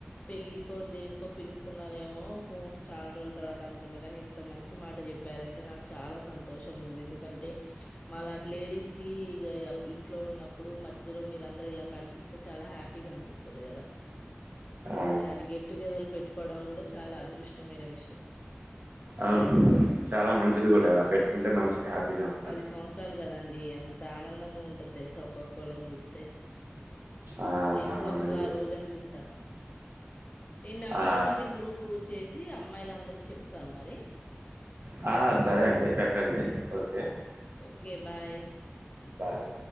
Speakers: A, on the left (about 30°); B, on the right (about 50°).
A: పెళ్ళకో దేనికో పిలుస్తున్నార ఏమో ఫోన్ చాలా రోజుల తర్వాత అనుకున్న కాని ఇంత మంచి మాట చెప్పారంటే నాకు చాలా సంతోషంగా ఉంది ఎందుకంటే మాలాంటి లేడీస్ కి ఇక ఇంట్లో ఉన్నప్పుడు మధ్యలో మీరందరు ఇలా కనిపిస్తే చాలా హ్యాపీగా కనిపిస్తది కదా
B: ఆ
A: ఇలాంటి గెట్ టుగెదర్లు పెట్టుకోవడం కూడా చాలా అదృష్టమైన విషయం
B: అవును చాలా మంచిది కూడా ఇలా పెట్టుకుంటే మనసు హ్యాపీగా ఉంది
A: పది సంవత్సరాలు కదం డి ఎంత ఆనందంగా ఉంటుది తెలుసా ఒకక్కొక్కళ్ళని చూస్తే
B: ఆ
A: ఎప్పుడొస్తద
B: అవునండి
A: ఆ రోజని చూస్తాన్నా ఏ నేను నెంబర్లు
B: ఆ
A: మరి గ్రూపు చేసి అమ్మాయిలుందరికి చెప్తాను మరి
B: ఆ! సరే అండి. పెట్టండి. ఓకే.
A: Okay bye
B: bye